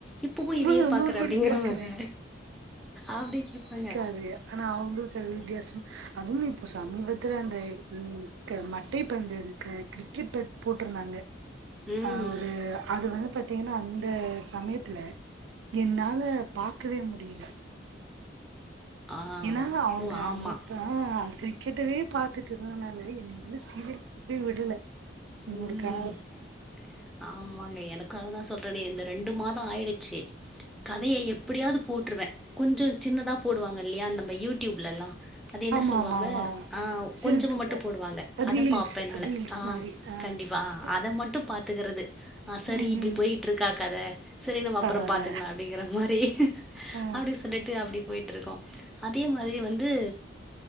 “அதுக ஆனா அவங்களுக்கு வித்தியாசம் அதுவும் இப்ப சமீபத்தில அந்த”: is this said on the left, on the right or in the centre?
Right